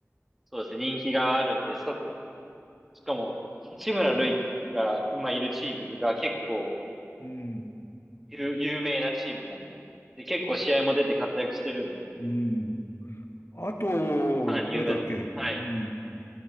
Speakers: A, in the centre; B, on the left.
A: そうですね、人気があるんで、そ、しかも、八村塁が今いるチームが結構
B: ん、
A: 有、有名なチームなんで、で、結構試合も出て活躍してるんで、
B: うん。あと、
A: かなり有名だと思います。
B: 誰だっけうん、
A: はい。